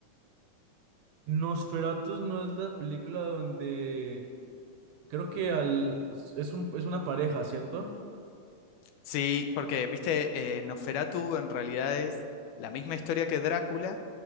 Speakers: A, on the right; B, on the left.
A: Nosferatus no es la película donde creo que al es un es una pareja, ¿cierto?
B: Sí, porque, viste, eh, Nosferatu en realidad es la misma historia que Drácula,